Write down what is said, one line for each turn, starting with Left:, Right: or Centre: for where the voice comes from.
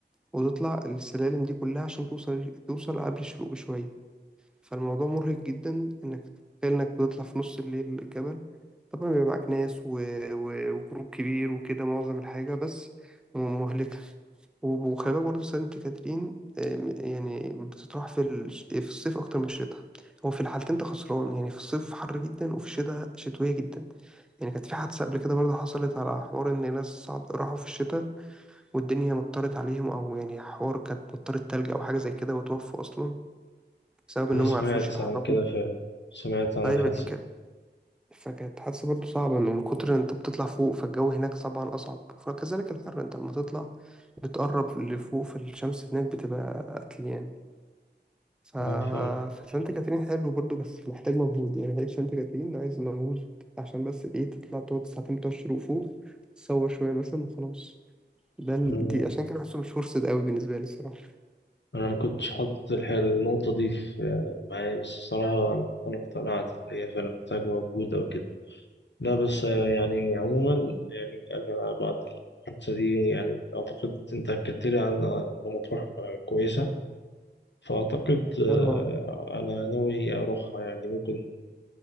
Centre: وتطلع السلالم دي كلها عشان توصل توصل قبل الشروق بشويه فالموضوع مرهق جدا انك تخيل انك بتطلع في نص الليل الجبل طبعا بيبقى معاك ناس و... و... وجروب كبير وكده معظم الحاجة بس م- مهلكة وب- وخلي بالك برضه سانت كاترين آم، يعني بتطرح في الش- في الصيف أكتر من الشتاء هو في الحالتين أنت خسران يعني في الصيف حر جدا وفي الشتاء شتوية جدا يعني كانت في حادثة قبل كده برضه حصلت على حوار إن ناس صعد راحوا في الشتاء والدنيا مطرت عليهم أو يعني حوار كانت مطرت تلج أو حاجة زي كده وتوفوا أصلا بسبب إنهم
Left: أنا سمعت
Centre: ما عرفوش يتحركوا
Left: عن كده فعلا سمعت عن
Centre: ايوه
Left: الحادثة
Centre: دي كانت
Left: دي
Centre: فكانت حادثة برضه صعبة من كتر إن انت بتطلع فوق فالجو هناك طبعا اصعب فكذلك الحر انت لما تطلع بتقرب لفوق فالشمس هناك بتبقى قتل يعني ف...
Left: أنا فعلا
Centre: فسانت كاترين حلو برضه بس محتاج مجهود يعني هيك سانت كاترين عايز مجهود عشان بس ايه تطلع تقعد ساعتين بتوع الشروق فوق تصور شوية مثلا وخلاص ده ال...
Left: أنا
Centre: دي عشان كده بحسه مش فرصة قوي بالنسبة لي الصراحة
Left: أنا ما كنتش حاطط الح- النقطة دي في معايا بس الصراحة أنا اقتنعت إن هي فعلا محتاجة مجهود أو كده. لا بس آه، يعني عموما يعني أنا بعد الحادثة دي يعني أعتقد أنت أكدت لي عن إن مطروح آه، كويسة فأعتقد آه،
Centre: اه
Left: أنا ناوي أروحها يعني ممكن